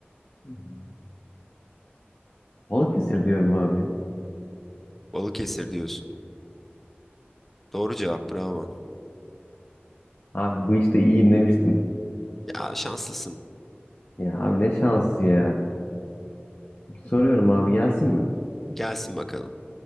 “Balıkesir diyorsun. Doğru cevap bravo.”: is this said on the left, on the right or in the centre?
Centre